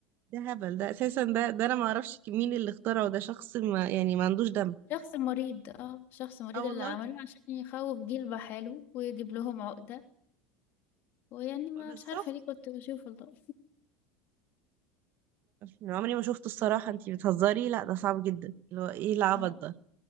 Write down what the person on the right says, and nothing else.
ده هبل ده اساسا ده ده انا ما اعرفش مين اللي اخترعه ده شخص ما يعني ما عندوش دم
اه
والله
بالظبط
أنا عمري ما شفته الصراحه انتي بتهزري لا ده صعب جدا اللي هو ايه العبط
ده